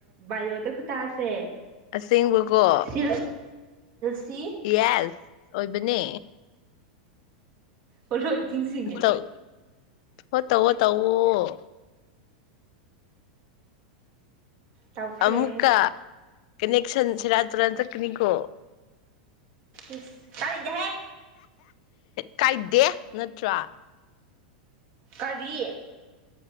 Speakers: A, on the right; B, on the left.
A: ꯕꯥꯏꯑꯣꯗ ꯈꯨꯇꯥꯁꯦ
B: ꯑꯁꯦꯡꯕꯀꯣ
A: ꯁꯤ ꯁꯤ
B: ꯌꯦꯁ ꯑꯣꯏꯕꯅꯦ
A: ꯑꯣꯏꯔꯣꯏ꯫ ꯆꯤꯡꯁꯤꯡꯒꯦ
B: ꯇꯧ ꯍꯣ ꯇꯧꯑꯣ ꯇꯧꯑꯣ꯫
A: ꯇꯧꯈ꯭ꯔꯦ
B: ꯑꯃꯨꯛꯀ ꯀꯅꯦꯛꯁꯟ ꯁꯦꯔꯥꯟ ꯇꯨꯔꯟ ꯆꯠꯀꯥꯅꯤꯀꯣ
A: ꯏꯁ ꯇꯅꯤꯡ ꯗꯦꯍꯦ
B: ꯀꯥꯏꯗꯦ ꯅꯠꯇ꯭ꯔꯥ
A: ꯀꯔꯤ